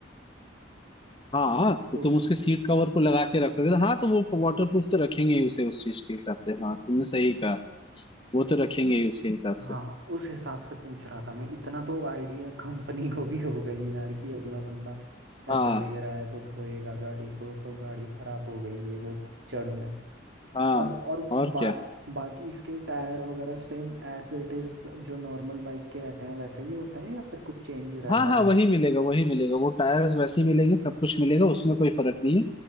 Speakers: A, on the left (about 25°); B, on the right (about 75°).
A: हाँ तो
B: तो
A: तुम
B: उसको
A: उसके सीट कवर को लगा के रख सकते हो। हाँ तो वो वाटरप्रूफ तो रखेंगे ही उसे उस चीज के हिसाब से हाँ तुमने सही कहा वो तो रखेंगे ही उसके हिसाब
B: हाँ
A: से
B: उस हिसाब से पूछ रहा था मैं इतना तो आइडिया कंपनी को भी हो गई यार कि अगला बंदा
A: हाँ
B: ऐसे ले रहा है तो धोएगा गाड़ी को तो गाड़ी खराब हो गई है वो कीचड़ में
A: हाँ
B: और और
A: और
B: बा,
A: क्या
B: बाकी इसके टायर वगैरह सेम एज इट इज जो नॉर्मल बाइक के रहते हैं वैसे ही होते हैं या फिर कुछ चेंज रहता
A: हाँ हाँ
B: है
A: वही मिलेगा वही मिलेगा वो टायर्स वैसे ही मिलेंगे सब कुछ मिलेगा उसमें कोई फर्क नहीं है